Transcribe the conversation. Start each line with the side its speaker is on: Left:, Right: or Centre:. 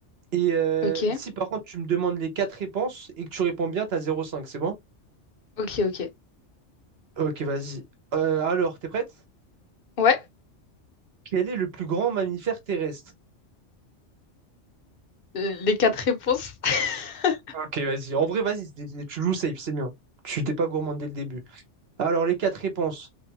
Right: Et euh,
Left: Ok,
Right: si par contre, tu me demandes les quatre réponses et que tu réponds bien, t'as zéro virgule cinq. c'est bon?
Left: ok, ok.
Right: Ok, vas-y. Euh, alors, t'es prête?
Left: Ouais,
Right: Quel est le plus grand mammifère terrestre?
Left: euh, les quatre réponses. <laughs>
Right: Ok, vas-y. En vrai, vas-y, c'est- c'est- tu joues safe, c'est bien. Tu t'es pas gourmand dès le début. Alors, les quatre réponses.